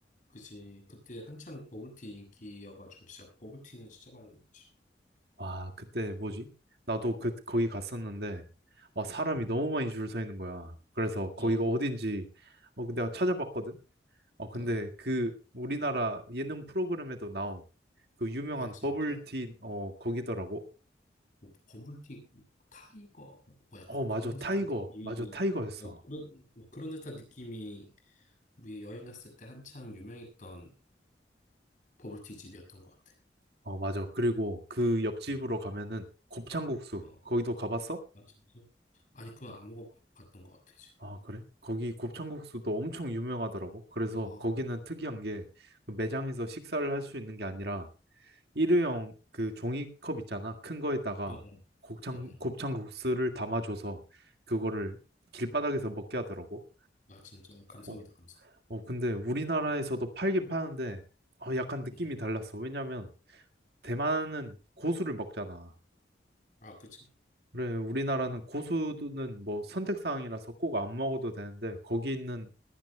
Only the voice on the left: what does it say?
그치. 그때 한창 버블티 인기여가지고, 진짜 버블티는 진짜 많이 먹지.
어,
어, 어.
아, 진짜?
뭐, 버블티 타이거, 뭐 약간
그런
듯한 느낌이,
아니, 그런, 뭐 그런 듯한 느낌이 우리 여행 갔을 때 한창 유명했던 버블티 집이었던 것 같아.
응,
어,
아, 진짜? 아니, 그건 안 먹어봤던 것 같아, 지금.
와,
음, 어, 어,
어, 어.
아, 진짜, 감성이다,
감성.
음, 음.
아, 그치.